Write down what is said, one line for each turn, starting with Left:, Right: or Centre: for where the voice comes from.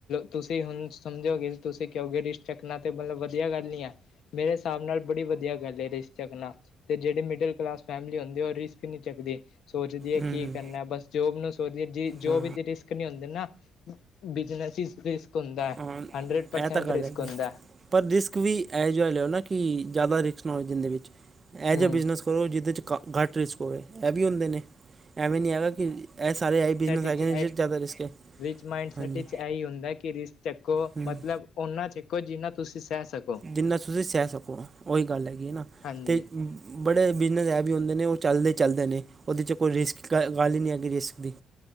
Left: ਤੁਸੀਂ ਹੁਣ ਸਮਝੋਗੇ, ਤੁਸੀਂ ਕਿਹੋਗੇ ਰਿਸ਼ਕ ਚਕਨਾ ਮਤਲਬ ਵਧੀਆ ਗੱਲ ਨੀ ਹੈ, ਮੇਰੇ ਹਿਸਾਬ ਨਾਲ ਬੜੀ ਵਧੀਆ ਰਿਸਕ ਚੱਕ ਲਾ, ਤੇ ਜੇਹੜੇ ਮਿਡਲ ਕਲਾਸ ਫੈਮਿਲੀ ਹੁੰਦੇ, ਉਹ ਰਿਸਕ ਨਹੀਂ ਚੱਕਦੇ ਸੋਚਦੀ ਹੈ
Right: ਹੂੰ
Left: ਕੀ ਕਰਨਾ, ਬਸ ਜੋਬ ਨੂੰ ਸੋਚਦੀ ਹੈ, ਜੋਬ
Right: ਹਾਂ
Left: ਚ ਰਿਸਕ ਨੀ ਹੁੰਦੇ ਨਾ ਬਿਜ਼ਨਸ ਇਚ ਰਿਸਕ ਹੁੰਦਾ,
Right: ਹਾਂ
Left: ਹੰਡਰਡ ਪਰਸੈਂਟ
Right: ਇਹ ਤਾਂ ਗੱਲ
Left: ਰਿਸਕ
Right: ਹੈਗੀ
Left: ਹੁੰਦਾ।
Right: ਪਰ ਰਿਸਕ ਵੀ ਐਹੋ ਜੇਆ ਲਓ ਨਾ ਕਿ ਜਾਦਾ ਰਿਸਕ ਨਾ ਹੋਏ ਜਿੰਦਗੀ ਚ। ਇਹ
Left: ਹਮ
Right: ਜਿਹਾ ਬਿਜਨਸ ਕਰੋ ਜਿਹਦੇ 'ਚ ਘੱਟ ਰਿਸਕ ਹੋਵੇ, ਇਹ ਵੀ ਹੁੰਦੇ ਨੇ ਐਵੇਂ ਨੀ ਹੈਗਾ ਕਿ, ਇਹ ਸਾਰੇ ਏਹੀ ਬਿਜਨਸ
Left: ਵਿੱਚ
Right: ਹੈਗੇ
Left: ਇਹ
Right: ਨੇ, ਜਿਹਦੇ ਚ ਜਿਆਦਾ ਰਿਸਕ ਹੈ
Left: ਰਿਚ ਮਾਇਡ ਸੈਟ
Right: ਹਾਂਜੀ
Left: ਵਿੱਚ ਇਹੀ ਹੁੰਦਾ, ਕਿ ਰਿਸਕ ਚੱਕੋ,
Right: ਹੂੰ
Left: ਮਤਲਬ ਓਨਾ ਚੱਕੋ, ਜਿੰਨਾ ਤੁਸੀਂ ਸਹਿ ਸਕੋ
Right: ਜਿੰਨਾ ਤੁਸੀ ਸੈ ਸਕੋ, ਓਈ ਗੱਲ ਹੈਗੀ ਏ ਨਾ,
Left: ਹਾਂਜੀ,
Right: ਤੇ ਬੜੇ ਬਿਜਨਸ ਐ ਵੀ ਹੁੰਦੇ ਨੇ ਓ ਚੱਲਦੇ ਚਲਦੇ ਨੇ, ਉਹਦੇ ਚ ਕੋਈ ਰਿਸਕ, ਗੱਲ ਹੀ ਨਹੀਂ ਹੈਗੀ ਰਿਸਕ ਦੀ।